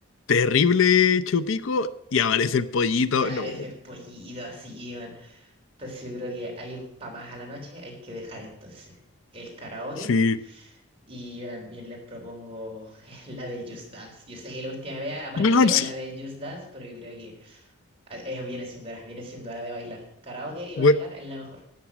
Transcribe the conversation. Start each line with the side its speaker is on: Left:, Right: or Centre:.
Left: Terrible chupico y aparece el pollito.
Right: Y ahora
Left: No,
Right: es el pollito así, weón. Entonces yo creo que ahí para más a la noche hay que dejar entonces el karaoke.
Left: sí.
Right: Y yo también les propongo <laughs> la del Just Dance. Yo sé que la última vez amarillé
Left: Weón, sí.
Right: con la del Just Dance, pero yo creo que a- es, viene siendo hora, viene siendo hora de bailar. Karaoke y
Left: We-
Right: bailar es la mejor.